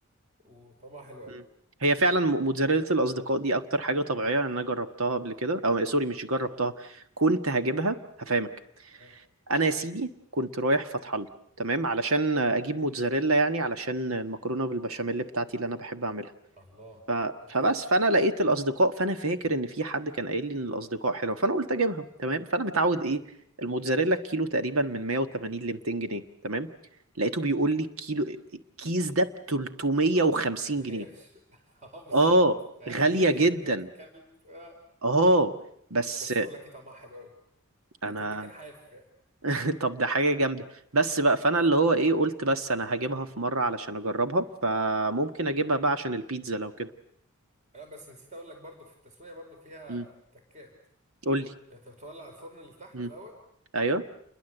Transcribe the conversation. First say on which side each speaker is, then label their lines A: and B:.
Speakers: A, on the right; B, on the right.
A: وطعمها حلو
B: مم.
A: أوي
B: هي فعلا م- موتزاريلا الاصدقاء دي اكتر حاجه طبيعيه لأن انا جربتها قبل كده او سوري مش جربتها كنت هجيبها هفهمك
A: آه.
B: انا يا سيدي كنت رايح فتح الله تمام علشان اجيب موتزاريلا يعني علشان المكرونه بالبشاميل بتاعتي اللي انا بحب اعملها
A: الله
B: ف...
A: أوكي
B: فبس فانا لقيت الاصدقاء فانا فاكر ان في حد كان قايل لي ان الاصدقاء حلوه فانا قلت اجيبها تمام فانا متعود ايه الموتزاريلا الكيلو تقريبا من 180 ل 200 جنيه تمام لقيته بيقول لي كيلو كيس ده ب 350
A: <laughs> ثم هي
B: جنيه
A: مش <laughs> اه بالظبط
B: اه
A: آه،
B: غالية
A: غالية جدا
B: جدا
A: بنت الكلب آه.
B: اه بس
A: بس بقول لك ايه طعمها حلو قوي يعني
B: انا
A: تتاكل حاف يعني
B: <laughs> طب ده حاجة جامدة بس بقى فانا اللي هو ايه قلت بس انا هجيبها في مرة علشان اجربها فممكن اجيبها بقى عشان البيتزا لو كده
A: لا بس نسيت اقول لك برضو في التسويه برضو فيها
B: امم
A: تكات
B: قول لي
A: يعني انت بتولع الفرن اللي تحت
B: امم
A: الاول
B: ايوه